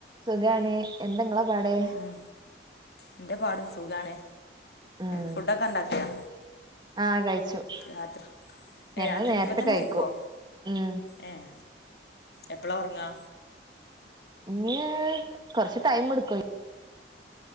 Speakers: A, on the right; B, on the left.
A: സുഖാണ് എന്താ ഇങ്ങളെ പാട്
B: ഉം ഇന്റെ പാട് സുഖാണ്
A: ഉം
B: ഫുഡൊക്കെ ഇണ്ടാക്കിയാ
A: ആഹ് കഴിച്ചു
B: രാത്രി ഏഹ്
A: ഞങ്ങള്
B: രാത്രിക്ക്
A: നേരത്തെ
B: ഇപ്പോതെന്നെ
A: കഴിക്കും
B: കഴിക്കോ
A: ഉം
B: ഏഹ് എപ്പളാ, ഒറങ്ങാ
A: ഇന്നി കൊറച്ച് ടൈം എടുക്കും